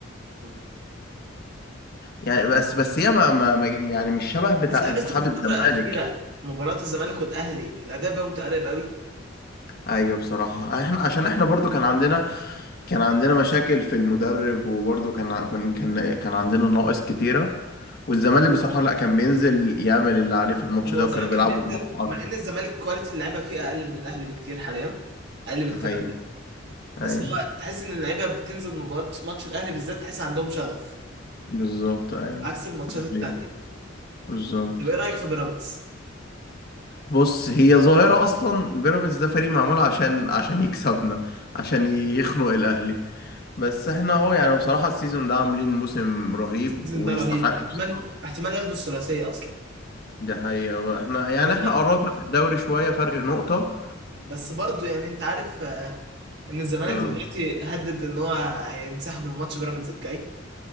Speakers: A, on the right; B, on the left.
A: مم.
B: يعني بس بس هي ما... ما... ما... يعني مش شبه بتاع
A: بس لاحظت
B: انسحاب
A: في الفتره
B: الزمالك
A: الاخيره مباراه الزمالك والاهلي الاداء بقى متقارب قوي
B: أيوه بصراحة احنا عشان احنا برضو كان عندنا كان عندنا مشاكل في المدرب وبرضه كان ع- كان كان كان عندنا نواقص كتيرة والزمالك بصراحة لا كان بينزل يعمل اللي عليه في الماتش
A: هو
B: ده
A: زمان
B: وكانوا بيلعبوا
A: كان بينزل
B: بروح أكتر
A: مع ان الزمالك كواليتي اللعيبه فيه اقل من الاهلي بكتير حاليا اقل
B: ده
A: بكتير
B: حقيقي
A: قوي بس
B: أيوه
A: هو تحس ان اللعيبه بتنزل مباراه ماتش الاهلي بالذات تحس عندهم شغف
B: بالظبط أيوه
A: عكس الماتشات
B: ده
A: التانيه
B: حقيقي بالظبط
A: طب ايه رايك في بيراميدز
B: بص هي ظاهرة أصلا بيراميدز ده فريق معمول عشان عشان يكسبنا عشان يخنق الأهلي بس احنا اهو يعني بصراحة السيزون ده عاملين موسم رهيب
A: السيزون
B: ويستحق
A: ده رهيب أنا احتمال
B: بصراحة
A: احتمال ياخدوا الثلاثيه اصلا
B: ده حقيقة بقى. احنا يعني
A: إن هم
B: احنا قربنا في الدوري شوية فرق نقطة
A: بس برضه يعني انت عارف آه، ان الزمالك
B: اه
A: دلوقتي هدد ان هو هينسحب من ماتش بيراميدز الجاي